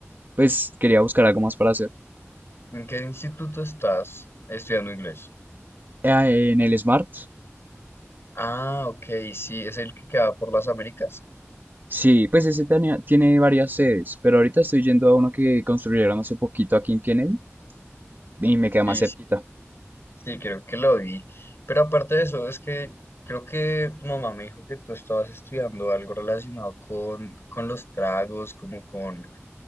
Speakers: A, on the right; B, on the left.
A: pues quería buscar algo más para hacer.
B: ¿En qué instituto estás estudiando inglés?
A: Ah, En el Smart,
B: Ah, ok, sí, es el que queda por las Américas.
A: sí, pues ese tenía- tiene varias sedes, pero ahorita estoy yendo a uno que construyeron hace poquito aquí en Kennedy y me queda
B: Sí,
A: más cerquita.
B: sí, sí, creo que lo vi. Pero aparte de eso, es que creo que tu mamá me dijo que tú estabas estudiando algo relacionado con, con los tragos, como con,